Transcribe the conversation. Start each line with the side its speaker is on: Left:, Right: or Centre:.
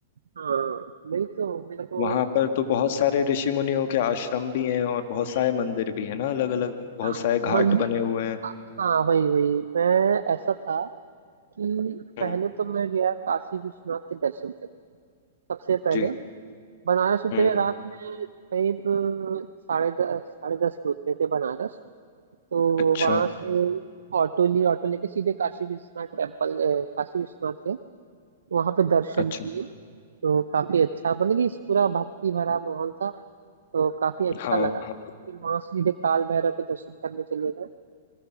Right: हाँ वही तो मेरे को
Left: वहां
Right: ऐसा
Left: पर तो
Right: लगा
Left: बहुत सारे ऋषि मुनियों के आश्रम भी हैं और बहुत सारे मंदिर भी हैं ना अलग अलग बहुत
Right: हाँ
Left: सारे घाट
Right: मंदिर
Left: बने हुए हैं
Right: हाँ हाँ, वही वही मैं ऐसा था कि
Left: हम्म
Right: पहले तो मैं गया काशी विश्वनाथ के दर्शन करने सबसे पहले
Left: जी
Right: बनारस उतरे
Left: हम्म
Right: रात
Left: हम्म,
Right: में करीब साढ़े दस साढ़े दस पे उतरे थे बनारस तो
Left: अच्छा
Right: वहां से ऑटो लिए ऑटो लेके सीधे काशी विश्वनाथ टेम्पल अ, काशी विश्वनाथ गए वहां पे दर्शन
Left: अच्छा
Right: किए तो काफी अच्छा मतलब कि इस पूरा भक्ति भरा माहौल था तो काफी अच्छा
Left: हाँ
Right: लगा फिर
Left: हाँ
Right: वहां से सीधे काल भैरव के दर्शन करने चले गए